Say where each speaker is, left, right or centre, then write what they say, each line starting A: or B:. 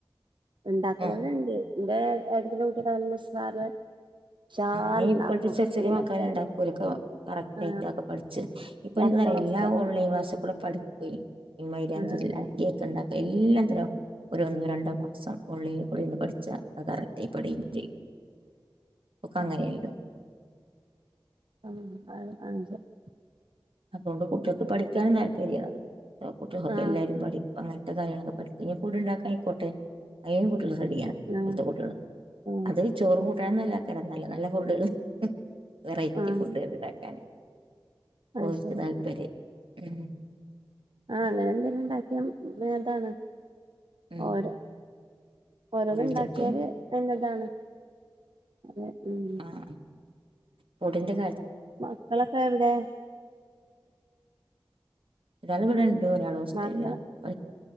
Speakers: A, on the right; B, on the right.
A: ഇണ്ടാക്കുന്നവരുണ്ട്
B: ആ
A: ഇന്റെ ഏട്ടത്തിൻ്റെ കുട്ടിക്കെ നല്ല <unintelligible> ഉഷാറുണ്ടാക്കും
B: ആഹ് ഇപ്പോഴത്തെ ചെറ ചെറിയ
A: ഈ
B: മക്കാല
A: മറ്റേ
B: ഇണ്ടാക്കൂലൊക്കെ കറക്റ്റ്
A: ആ
B: ആയിട്ടൊക്കെ പഠിച്ചച്ച് ഇപ്പ
A: ബ്ലാക്ക്
B: എന്താ പറയാ
A: ഫോറസ്റ്റ്
B: എല്ലാ
A: ഒക്കെ
B: ഓൺലൈ ക്ലാസ്ൽക്കൂടെ പഠിക്കുവെ ഈ മൈലാഞ്ചില്ലാ
A: ആ
B: കേക്ക്ണ്ട എല്ലാ തരം ഒരു ഒന്നോ രണ്ടോ മാസം ഓൺലൈനിളന്ന് പഠിച്ചാ കറക്റ്റായി പഠിയും ചെയ്യും ഒക്കെ
A: ആ
B: അങ്ങനെയയില്ലോ
A: ആ അ <unintelligible>
B: അതുകൊണ്ട് കുട്ടികൾക്ക് പഠിക്കാനൻ താല്പര്യാണത് കുട്ടികൾൊക്കെ
A: ആ
B: എല്ലാരും പഠിക്കും അങ്ങനെ കാര്യങ്ങളൊക്കെ പഠിക്കും ഇനി ഫുഡുണ്ടാക്കനായിക്കോട്ടെ <inaudible> റെഡിയാ
A: ആ
B: ഇവിടുത്തെ കുട്ടൃള്
A: ആ
B: അത് ചോറും കൂട്ടാനുവൊന്നുവല്ല വെറെ നല്ല നല്ല <unintelligible> വെറൈറ്റി
A: ആ
B: ഫുഡുകൾ ഇണ്ടാക്കാന്
A: അത്
B: ഓൽക്ക്
A: ശരി
B: താൽപര്യം ഉം
A: ആഹ അങ്ങനെ എന്തെങ്കിലും ഉണ്ടാക്കിയ ഭേദാണ്
B: ഉം
A: ഓരോ ഓരോന്ന്
B: ഓരോരുത്തർക്കും
A: ഉണ്ടാക്കിയാല് <unintelligible> അതെ ഉം
B: ആഹ ഫഡിന്റെ കാര്യ
A: മക്കളൊക്കെ എവിടെ
B: എല്ലാവരും ഇവി ഇവിടൊരാൾ ഹോസ്റ്റലിലാണ്
A: മക്കള്
B: <inaudible>